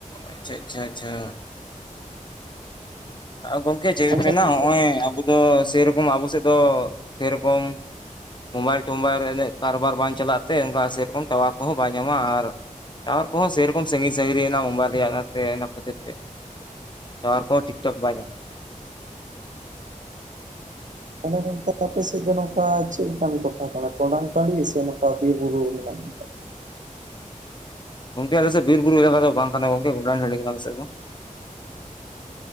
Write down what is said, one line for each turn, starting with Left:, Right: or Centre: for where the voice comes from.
Left: ᱟᱪᱪᱷᱟ ᱟᱪᱪᱷᱟ ᱟᱪᱪᱷᱟ, ᱜᱚᱢᱠᱮ ᱪᱮᱫ
Right: ᱠᱟᱱᱟ ᱟᱪᱪᱷᱟ
Left: ᱢᱮᱱᱟᱜᱼᱟ
Right: ᱜᱚᱝᱠᱮ
Left: ᱱᱚᱜᱼᱚᱭ ᱟᱵᱚ ᱫᱚ ᱥᱮᱨᱚᱠᱚᱢ ᱟᱵᱚ ᱥᱮᱫ ᱫᱚ ᱥᱮᱨᱚᱠᱚᱢ, ᱢᱳᱵᱟᱭᱤᱞ ᱴᱳᱵᱟᱭᱤᱞ ᱨᱮ ᱩᱱᱟᱹᱜ ᱠᱟᱨᱵᱟᱨ ᱵᱟᱝ ᱪᱟᱞᱟᱜ ᱛᱮ ᱚᱱᱠᱟ ᱥᱮᱨᱚᱠᱚᱢ ᱴᱟᱣᱟᱨ ᱠᱚᱦᱚᱸ ᱵᱟᱭ ᱧᱟᱢᱟ ᱟᱨ ᱴᱟᱣᱟᱨ ᱠᱚ ᱦᱚᱸ ᱥᱮᱨᱚᱠᱚᱢ ᱥᱟᱺᱜᱤᱧ ᱥᱟᱺᱜᱤᱧ ᱚᱱᱟ ᱢᱳᱵᱟᱭᱤᱞ ᱨᱮᱭᱟᱜ ᱯᱮ ᱚᱱᱟ ᱠᱷᱟᱹᱛᱤᱨ ᱛᱮ ᱴᱟᱣᱟᱨ ᱠᱚ ᱦᱚᱸ ᱴᱷᱤᱠ ᱴᱷᱚᱠ ᱵᱟᱭ ᱧᱟᱢᱟ
Right: ᱛᱟᱦᱚᱞᱮ ᱜᱚᱢᱠᱮ ᱟᱯᱮ ᱥᱮᱫ ᱫᱚ ᱱᱚᱝᱠᱟ ᱪᱮᱫ ᱞᱮᱠᱟᱱ ᱴᱚᱴᱷᱟ ᱠᱟᱱᱟ ᱴᱚᱰᱟᱝ ᱴᱟᱺᱰᱤ ᱥᱮ ᱱᱚᱝᱠᱟ? ᱵᱤᱨ ᱵᱩᱨᱩ ᱨᱮ ᱢᱮᱱᱟᱜ ᱯᱮᱭᱟ
Left: ᱜᱚᱢᱠᱮ ᱟᱞᱮ ᱥᱮᱫ ᱵᱤᱨ ᱵᱩᱨᱩ ᱮᱞᱟᱠᱟ ᱫᱚ ᱵᱟᱝ ᱠᱟᱱᱟ ᱜᱚᱢᱠᱮ ᱜᱚᱰᱟᱱ ᱴᱟᱺᱰᱤ ᱠᱟᱱᱟ ᱟᱞᱮ ᱥᱮᱫ ᱫᱚ᱾